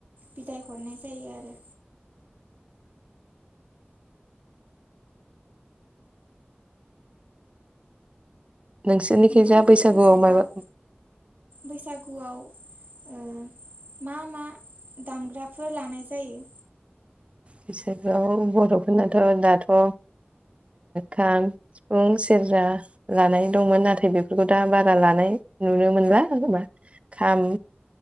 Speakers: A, on the right; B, on the right.
A: बिदाय हरनाय जायो आरो।
B: नोंसोरनिखिजा
A: नोंथांमोननि
B: बैसागुआव
A: ओनसोलाव
B: माबा
A: बैसागुआव ओ मा मा दामग्राफोर लानाय जायो?
B: बैसागोयाव बर'फोरनाथ' दाथ' ओ खाम सिफुं सेरजा लानाय दंमोन नाथाय बेफोरखौ दा बारा लानाय नुनो मोनला जबा खाम